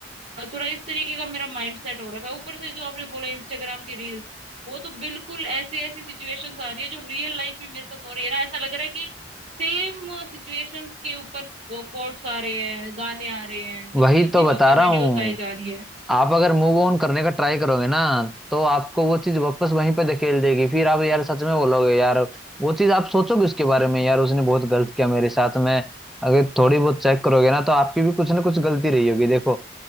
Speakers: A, on the right; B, in the centre.
A: अ, थोड़ा इस तरीके का मेरा माइंड सेट हो रखा है ऊपर से जो आपने बोला इंस्टाग्राम की रील्स वो तो बिल्कुल ऐसी ऐसी सिचुएशंस आ रही है जो रियल लाइफ में मेरे साथ हो रही है ना ऐसा लग रहा है कि सेम सिचुएशंस के ऊपर कोट्स आ रहे हैं गाने आ रहे हैं वैसे
B: वही
A: उसी
B: तो
A: के
B: बता
A: ऊपर
B: रहा
A: वीडियोस
B: हूँ
A: आई जा रही है
B: आप अगर मूव ऑन करने का ट्राई करोगे ना तो आपको वो चीज वापस वहीं पे धकेल देगी फिर आप यार सच में बोलोगे यार वो चीज आप सोचोगे उसके बारे में यार उसने बहुत गलत किया मेरे साथ में अगर थोड़ी बहुत चेक करोगे ना तो आपकी भी कुछ ना कुछ गलती रही होगी देखो